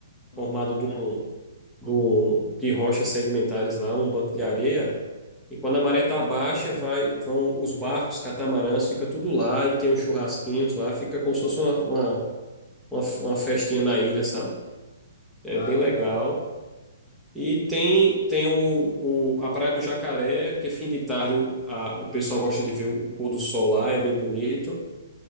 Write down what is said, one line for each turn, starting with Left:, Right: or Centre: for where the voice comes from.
Left: uhum.
Centre: formada de, um, do- de rochas sedimentares lá, um banco de areia. E quando a maré tá baixa, vai, vão os barcos, catamarãs, fica tudo lá e tem uns churrasquinhos lá, fica como se fosse uma, uma, uma uma festinha na ilha, sabe? É
Left: Ah,
Centre: bem
Left: legal.
Centre: legal. E tem, tem o, o- a Praia do Jacaré, porque fim de tarde o, a- o pessoal gosta de ver o, o pôr do sol lá, é bem bonito.